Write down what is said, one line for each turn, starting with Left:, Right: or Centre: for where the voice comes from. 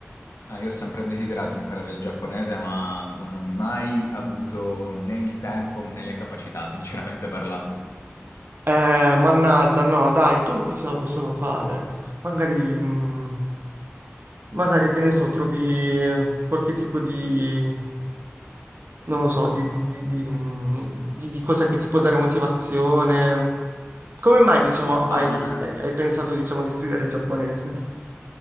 Left: Ah, io ho sempre desiderato imparare il giapponese, ma non ho mai avuto né il tempo né le capacità, sinceramente parlando.
Right: Eh, mannaggia, no, dai, tutti ce la possono fare. Magari, mm, magari che ne so, trovi qualche tipo di non lo so, di, di- di- di- mm, di- di cosa che ti può dare motivazione. Come mai, diciamo, hai,
Left: Oh.
Right: hai- hai pensato, diciamo, di studiare il giapponese?